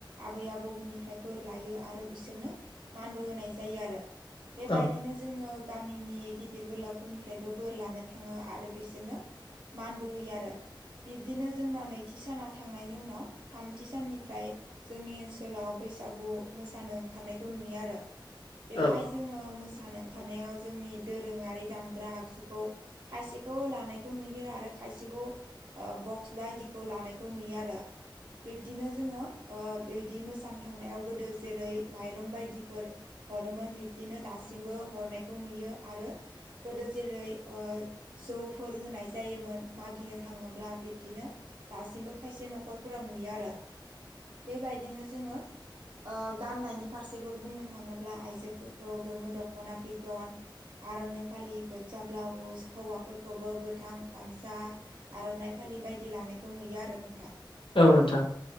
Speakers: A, on the right (about 65°); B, on the left (about 80°).
A: आबै आबौमोननिफ्राय बोर लायो आरो बिसोरनो मानबो होनाय जायो आरो। बेबायदिनो
B: औ
A: जोङो गामिनि गिदिर गोलावफोरनिफ्रायबो बोर लानो थाङो आरो बिसोरनो मानबो होयो आरो बिब्दिनो जोंना नै थामथि साना थांनायनि उनाव थामथि साननिफ्राय जोंनि ओनसोलाव बैसागु मोसानो ओंखारनायखौ नुयो आरो। बेवहाय
B: ओ
A: जोङो मोसानो ओंखारनायाव जोंनि दोरोङारि दामग्रा आगजुखौ खायसेखौ लानायखौ नुयो आरो खायसेखौ ओ बक्स बायदि लानायखौ नुयो आरो बिब्दिनो जोङो ओ बिदि मोसा थांनायाव गोदो जेरै माइरं बायदिफोर हरोमोन बिब्दिनो दासिमबो हरनायखौ नुयो आरो गोदो जेरै ओ जौफोर होनाय जायोमोन मागिनो थाङोब्ला बिब्दिनो दासिमबो खायसे न'खरफोराव नुयो आरो बेबायदिनो जोङो ओ गाननायनि फारसेबो बुंनो थाङोब्ला आइजोफोरखौ गोमो दख'ना बिदन आरनाय' फालि गोजा ब्लाउस हौवाफोरखौबो गोथां गामसा आर'नाइ फालि बायदि लानायखौ नुयो आरो नोंथां।
B: औ नोंथां